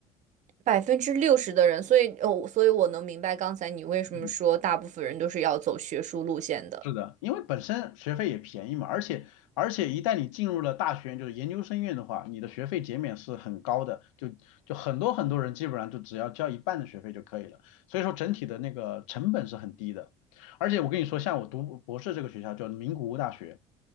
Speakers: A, on the right (about 50°); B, on the left (about 80°).
A: 百分之六十的人，所以哦，所以我能明白刚才你为什么说大部分人都是要走学术路线的。
B: 嗯。是的，因为本身学费也便宜嘛，而且而且一旦你进入了大学就是研究生院的话，你的学费减免是很高的，就就很多很多人基本上就只要交一半的学费就可以了，所以说整体的那个成本是很低的。而且我跟你说，像我读博士这个学校叫名古屋大学，